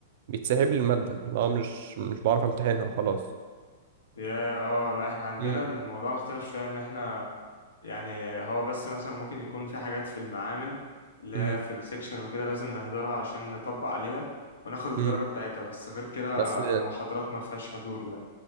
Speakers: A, on the right; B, on the left.
A: بيتسحب لي الماده اللي هو مش مش بعرف امتحنها خلاص
B: يا اه لا احنا عندنا
A: امم
B: الموضوع مختلف شوية ان احنا يعني هو بس مثلا ممكن يكون في حاجات في المعامل اللي
A: امم
B: هي في السكشن وكده لازم نحضرها عشان نطبق عليها وناخد الدرجة
A: امم
B: بتاعتها بس غير كده
A: بس
B: المحاضرات ما فيهاش حضور لا